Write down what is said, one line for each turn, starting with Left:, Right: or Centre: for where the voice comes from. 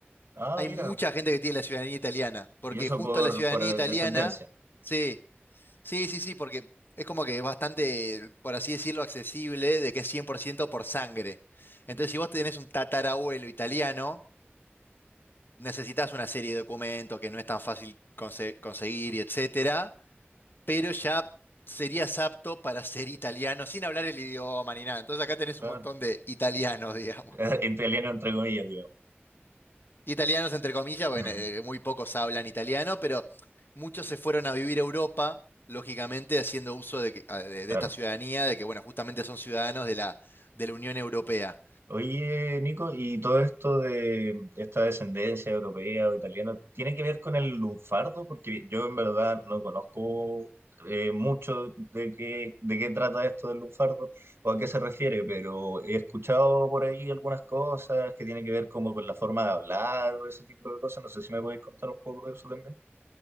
Right: Ah,
Left: Hay
Right: mira,
Left: mucha gente que tiene la ciudadanía italiana, porque
Right: y eso
Left: justo
Right: por,
Left: la ciudadanía
Right: por
Left: italiana,
Right: descendencia,
Left: sí, Sí, sí, sí, porque es como que es bastante, por así decirlo, accesible de que es 100% por ciento por sangre. Entonces, si vos tenés un tatarabuelo italiano, necesitas una serie de documentos que no es tan fácil conse- conseguir y etcétera, pero ya serías apto para ser italiano sin hablar el idioma ni nada. Entonces, acá tenés
Right: claro.
Left: un montón de italianos, <laughs> digamos.
Right: <laughs> entre Italiano entre comillas, digo.
Left: Italianos, entre comillas, bueno,
Right: <laughs>
Left: eh, muy pocos hablan italiano, pero muchos se fueron a vivir a Europa, lógicamente haciendo uso de, que- a- de-
Right: Claro.
Left: de esta ciudadanía, de que, bueno, justamente son ciudadanos de la, de la Unión Europea.
Right: Oye, Nico, ¿y todo esto de esta descendencia europea o italiana tiene que ver con el lunfardo? Porque yo en verdad no conozco eh, mucho de qué, de qué trata esto del lunfardo o a qué se refiere, pero he escuchado por ahí algunas cosas que tienen que ver como con la forma de hablar o ese tipo de cosas. No sé si me podéis contar un poco de eso también.